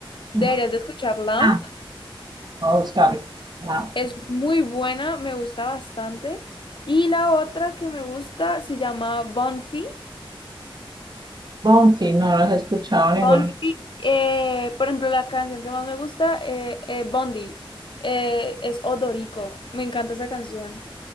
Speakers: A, on the left (about 60°); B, on the right (about 50°).
A: deberías
B: Ajá.
A: de escuchar Lamp.
B: Ah, no, está bien. Ah,
A: Es muy buena, me gusta bastante. Y la otra que me gusta se llama Bonfi.
B: Bonfi, no, no los he escuchado ninguno.
A: Bonfi, eh, por ejemplo, la canción que más me gusta, eh, eh, Bondi, eh, es Odorico. Me encanta esa canción.